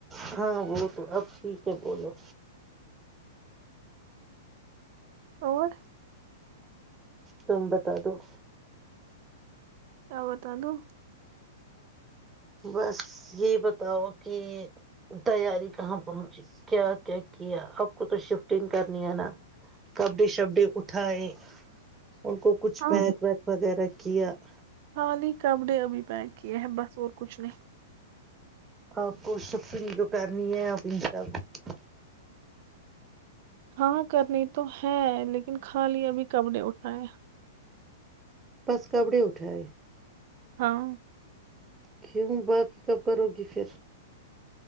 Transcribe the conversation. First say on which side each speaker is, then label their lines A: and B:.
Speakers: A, on the right; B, on the right.
A: ہاں وہ تو اب ٹھیک ہے بولو
B: اور
A: تبت تو <unintelligible>
B: کیا بتا دو
A: بس یہ بتاؤ کہ تیاری کہاں پہنچی کیا کیا کیا آپ کو تو شفٹنگ کرنی ہے نا کپڈے شپڈے اٹھائےائے ان کو کچھ
B: ہاں
A: پیک ویک وغیرہ کیایا <unintelligible>
B: خالی کپڑے ابھی پیک کیے ہیں بس اور کچھ نہیں
A: آپ کو سفرنگ جو کرنی ہے آپ ان شاءلہ
B: ہاں کرنی تو ہے لیکن خالی ابھی کبڑے اٹھاائے
A: بس کپڑے اٹھاائے
B: ہاں
A: کیوں باقی کب کرو گی پھر